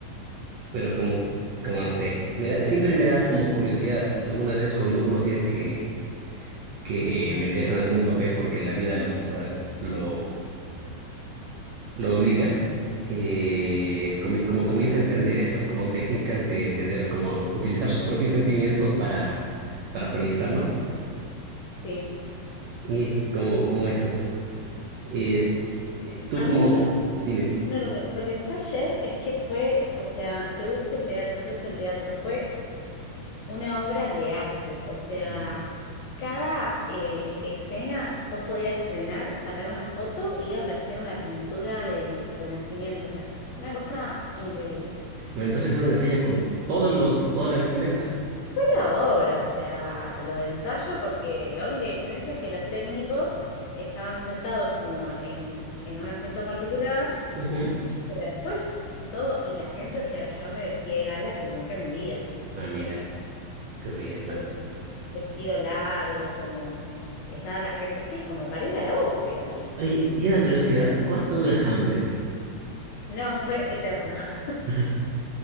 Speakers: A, on the right; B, on the left.
A: pero como, como no sé, me da, siempre me da como curiosidad. Algunas veces cuando uno tiene que, que meterse en algún papel porque la vida lo, eh, lo, lo obliga, eh, come- como comienza a entender esas como técnicas de tener como utilizar sus propios sentimientos para, para proyectarlos
B: Sí.
A: y como, como eso. Eh, eh, tú
B: A
A: como,
B: mí me, pa-
A: dime.
B: No, lo que, lo que fue ayer es que fue, o sea, te gusta el teatro, no te gusta el teatro, fue una obra de arte, o sea,
A: Bueno,
B: cada eh, escena vos podías frenar, sacar una foto y iba a aparecer una pintura del Renacimiento, o sea, una cosa increíble.
A: entonces hacer un ensayo con todos los, toda la vestimenta.
B: Fue la obra, o sea, lo de ensayo, porque la única diferencia es que los técnicos estaban sentados como en, en un asiento particular,
A: Ujú.
B: pero después todo, y la gente, o sea, yo me vestí de gala que nunca en mi vida.
A: Ah, mira, qué belleza.
B: eh, vestido largo, como estaba la gente así, como para ir a la ópera, ¿viste?
A: Oye, y una curiosidad, ¿cuánto dura Hamlet?
B: No, fue eterno. <laughs>
A: <laughs>